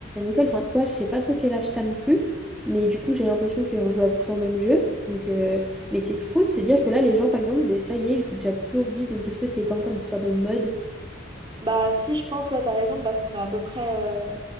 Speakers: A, in the centre; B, on the right (about 25°).
A: école. Enfin, toi, je sais pas trop quel âge t'as non plus. Mais du coup, j'ai l'impression qu'on joue à peu près au même jeu. Donc, euh, mais c'est fou de se dire que là, les gens, par exemple, des- ça y est, ils jouent déjà plus au bide. Donc, est-ce que c'était pas encore d'histoire de mode?
B: Bah, si, je pense, ouais, t'as raison, parce qu'on est à peu près. euh,